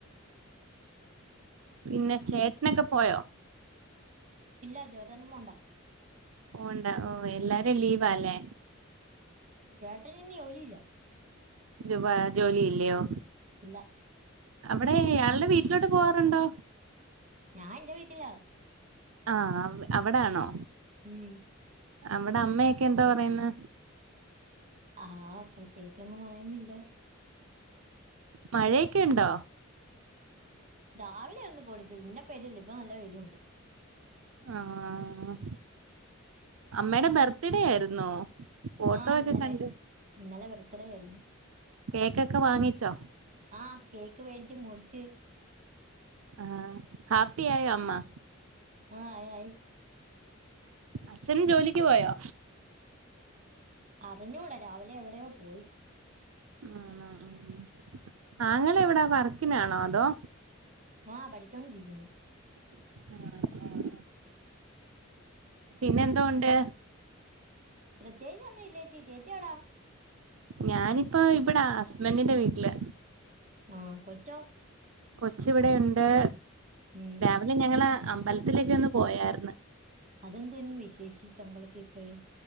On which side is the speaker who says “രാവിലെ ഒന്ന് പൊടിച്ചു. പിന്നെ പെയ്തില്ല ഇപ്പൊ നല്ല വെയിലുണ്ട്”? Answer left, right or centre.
Right